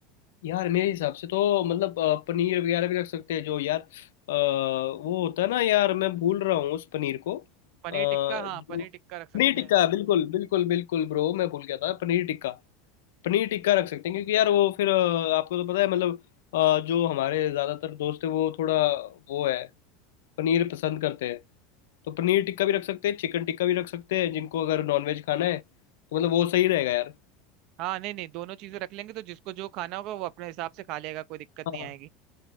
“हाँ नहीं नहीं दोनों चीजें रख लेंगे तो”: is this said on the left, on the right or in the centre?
Right